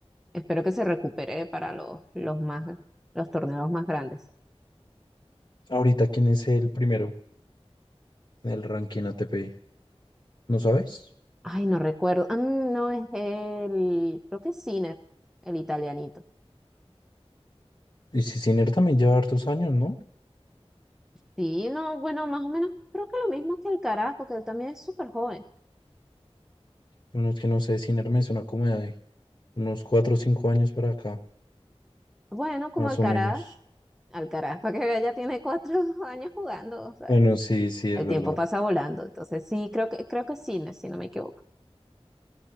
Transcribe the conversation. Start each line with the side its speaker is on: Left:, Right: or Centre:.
Centre: espero que se recupere para los, los más, los torneos más grandes.
Left: Ahorita, ¿quién es el primero del ranking ATP? ¿No sabes?
Centre: Ay, no recuerdo. Ah, mm, no, es el, creo que es Sinner, el italianito.
Left: Y si Sinner también lleva hartos años, ¿no?
Centre: Sí, no, bueno, más o menos creo que lo mismo que Alcaraz, porque él también es súper joven.
Left: Bueno, es que no sé, Sinner me suena como de unos cuatro o cinco años para acá,
Centre: Bueno, como
Left: más
Centre: Alcaraz,
Left: o menos.
Centre: Alcaraz, <laughs> para que vea, ya tiene cuatro <laughs> años jugando, o sea.
Left: Bueno, sí, sí, es
Centre: El
Left: verdad.
Centre: tiempo pasa volando, entonces sí, creo que, creo que es cine, si no me equivoco.